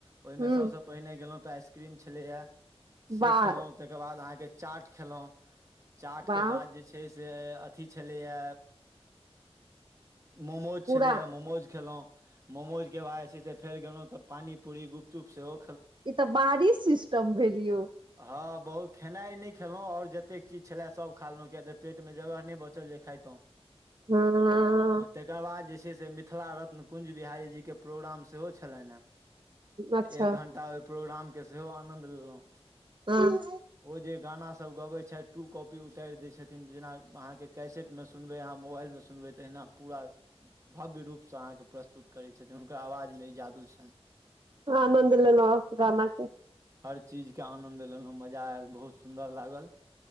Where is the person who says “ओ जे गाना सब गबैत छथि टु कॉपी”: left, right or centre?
Right